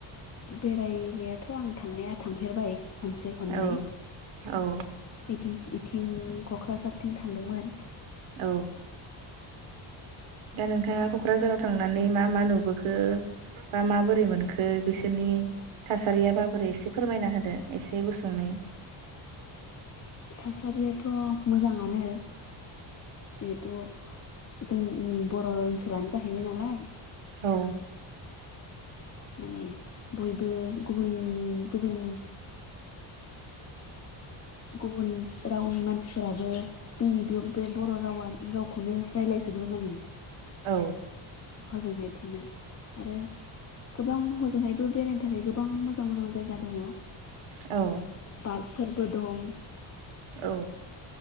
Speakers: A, on the left (about 35°); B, on the right (about 80°).
A: बेरायनायाथ' आं थांनाया थांफेरबाय खनसे खननै
B: औ औ
A: इदि इथिं नि क'क्राझारथिं थांदोंमोन
B: औ दा नोंथाङा क'क्राझाराव थांनानै मा मा नुबोखो? बा माबोरै मोनखो बिसोरनि थासारिया माबोरै एसे फोरमायना होदो एसे गुसुङै
A: थासारियाथ' मोजाङानो जिहेथु जोंनि बर' ओनसोलानो जाहैबाय नालाय
B: औ
A: माने बयबो गुबुन गुबुन गुबुन रावनि मानसिफोराबो जोंनि बे बे बर' रावा रावखौनो रायज्लायजोबो माने
B: औ
A: अहाजोंहायथिंना आरो गोबां हजोंहायबो बेरायनो थाखाय गोबां मोजां मोजां जायगा दङ'
B: औ
A: बाग फोरबो दं
B: औ